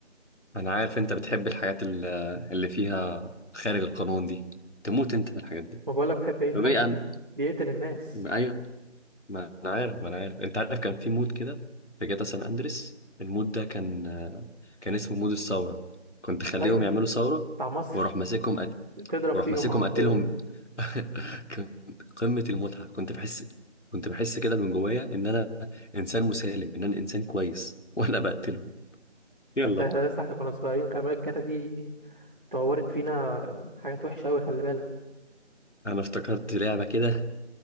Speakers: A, on the left; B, on the right.
A: أنا عارف أنت بتحب الحاجات ال- اللي فيها خارج القانون دي تموت أنت في الحاجات دي
B: ما بقولك بحب هيت
A: طب
B: مان
A: إيه
B: بي-
A: أنا
B: بيقتل الناس
A: ما- أيوه ما أنا عارف ما أنا عارف أنت عارف كان في مود كده في جاتا سان أندريس المود ده كان كان اسمه مود الثورة كنت خليهم
B: ايوه
A: يعملوا ثورة
B: بتاع مصر
A: واروح ماسكهم
B: تضرب
A: واروح
B: فيهم
A: ماسكهم
B: اه
A: قتلهم
B: تضرب
A: <laughs> كنت قمة المتعة كنت بحس كنت بحس كده من جوايا ان انا انسان مسالم ان انا انسان كويس <laughs> وانا بقتله يلا
B: انت لسه احنا كنا صغيرين خلي بالك جاتا دي طورت فينا حاجات وحشه قوي خلي بالك
A: انا افتكرت لعبة كده